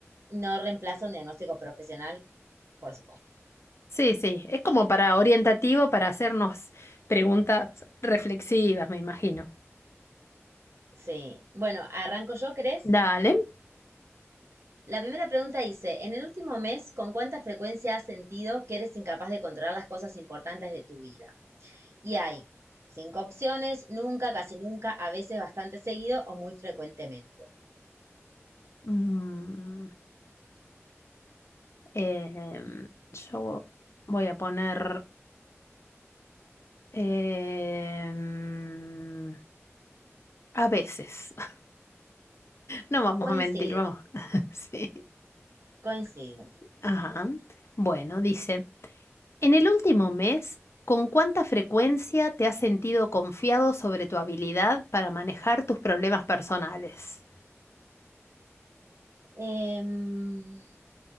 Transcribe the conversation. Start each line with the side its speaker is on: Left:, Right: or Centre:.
Right: no reemplaza un diagnóstico profesional, por supuesto.
Left: Sí, sí, es como para orientativo, para hacernos preguntas reflexivas, me imagino.
Right: Sí. Bueno, arranco yo, ¿crees?
Left: Dale.
Right: La primera pregunta dice, en el último mes, ¿con cuánta frecuencia has sentido que eres incapaz de controlar las cosas importantes de tu vida? Y hay cinco opciones, nunca, casi nunca, a veces bastante seguido o muy frecuentemente.
Left: Mm, em, yo voy a poner em, a veces. <laughs> No vamos
Right: Coincido,
Left: a mentir, vamos. <laughs> Sí.
Right: coincido.
Left: Ajá. Bueno, dice. En el último mes, ¿con cuánta frecuencia te has sentido confiado sobre tu habilidad para manejar tus problemas personales?
Right: Em,